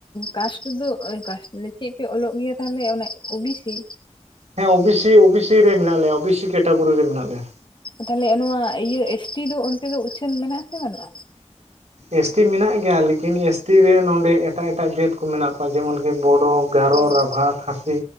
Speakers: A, on the left (about 45°); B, on the right (about 70°).
A: ᱠᱟᱥᱴ ᱫᱚ ᱟᱹ ᱠᱟᱥᱴ ᱞᱮ ᱪᱮᱫ ᱯᱮ ᱚᱞᱚᱜ ᱜᱮᱭᱟ ᱛᱟᱦᱞᱮ ᱚᱱᱮ ᱳ ᱵᱤ ᱥᱤ?
B: ᱦᱮᱸ O B C O B C ᱨᱮ ᱢᱮᱱᱟᱜ ᱞᱮᱭᱟ᱾ ᱳ ᱵᱤ ᱥᱤ ᱠᱮᱴᱟᱜᱚᱨᱤ ᱨᱮ ᱢᱮᱱᱟᱜ ᱞᱮᱭᱟ᱾
A: ᱛᱟᱞᱦᱮ ᱱᱚᱣᱟ ᱤᱭᱟᱹ ᱮᱥ ᱴᱤ ᱫᱚ ᱚᱱᱛᱮ ᱫᱚ ᱩᱪᱷᱟᱹᱱ ᱢᱮᱱᱟᱜ ᱟ ᱥᱮ ᱵᱟᱹᱱᱩᱜᱼᱟ?
B: ᱮᱥ ᱴᱤ ᱢᱮᱱᱟᱜ ᱜᱮᱭᱟ᱾ ᱞᱮᱠᱤᱱ ᱮᱥ ᱴᱤ ᱨᱮ ᱱᱚᱸᱰᱮ ᱮᱴᱟᱜ ᱮᱴᱟᱜ ᱡᱟᱹᱛ ᱠᱚ ᱢᱮᱱᱟ ᱠᱚᱣᱟ ᱡᱮᱢᱚᱱ ᱠᱤ ᱵᱚᱰᱚ, ᱜᱟᱨᱚ,
A: ᱚ
B: ᱨᱟᱵᱷᱟ, ᱠᱷᱟᱹᱥᱤ